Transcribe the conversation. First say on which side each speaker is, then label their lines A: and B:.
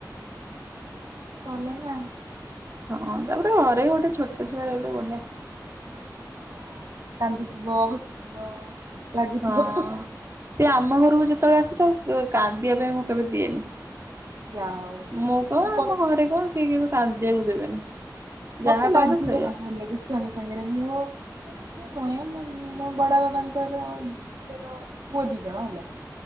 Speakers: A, on the right; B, on the right.
A: ଭଲ ନା।
B: ହଁ ତାପରେ ଘରେ ଗୋଟେ ଛୋଟ ଛୁଆ ରହିଲେ ବଢିଆ।
A: ହଁ କାନ୍ଦୁଥିବ ହସୁଥିବ। ଲାଗୁଥିବ।
B: ହଁ ସେ ଆମ ଘରକୁ ଯେତେବେଳେ ଆସେ, ତାକୁ କାନ୍ଦିବା ପାଇଁ ମୁଁ କେବେ ଦିଏନି।
A: ଯା ହଉ।
B: ମୁଁ କଣ ଆମ
A: ମ
B: ଘରେ କଣ କେହି କେବେ କାନ୍ଦିବାକୁ ଦେବେନି।
A: ମତେ
B: ଯାହା
A: ଲାଗିବାକୁ
B: କହିବ ସେଇଆ
A: ଭଲ ଲାଗେ ଛୁଆଙ୍କ ସାଙ୍ଗରେ ମୁଁ ନିଜ ନୁହେଁ ମୁଁ ମୋ ବଡ ବାବାଙ୍କର ଝିଅର ପୁଅ ଦି ଜଣ ହେଲା।